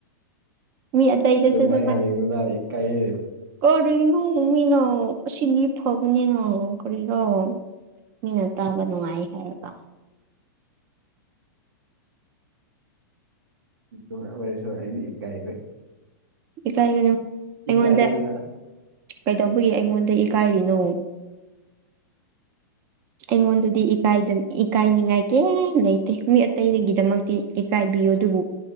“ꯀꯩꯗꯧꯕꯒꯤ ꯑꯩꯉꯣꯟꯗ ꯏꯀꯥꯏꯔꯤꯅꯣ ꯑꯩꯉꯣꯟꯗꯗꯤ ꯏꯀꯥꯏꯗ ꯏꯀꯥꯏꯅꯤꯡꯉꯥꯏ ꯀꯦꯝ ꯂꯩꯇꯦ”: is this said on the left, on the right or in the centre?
Right